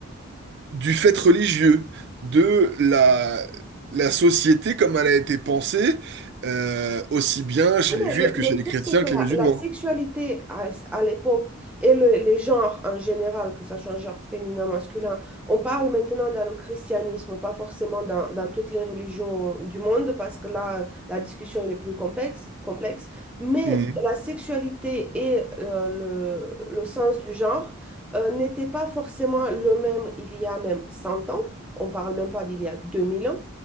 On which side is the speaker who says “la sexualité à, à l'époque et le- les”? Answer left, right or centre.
Centre